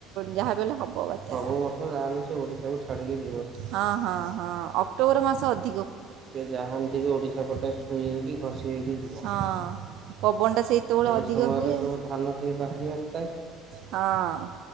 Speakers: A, on the right (about 60°); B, on the right (about 30°).
A: ଯାହା ବି ହେଲେ ହେବ ବାତ୍ୟାଟା
B: ସବୁ ବର୍ଷ ଯାହା ସେ ଓଡିଶା କୁ ଛାଡିକି
A: ହଁ ହଁ ହଁ ଅକ୍ଟୋବର ମାସ ଅ
B: ସେ ଜାହାଣ୍ନ୍ତିରେ ଓଡ଼ିଶା ପଟେ ଛୁଇଁକି ଘସି ହେଇକି ଯିବ।
A: ହଁ ପବନଟା ସେତେବେଳେ
B: ଏଇ
A: ଅଧିକ
B: ସମୟରେ
A: ହୁଏ
B: ସବୁ ଧାନ ଟିକେ ବାହାରି ଆସିଥାଏ।
A: ହଁ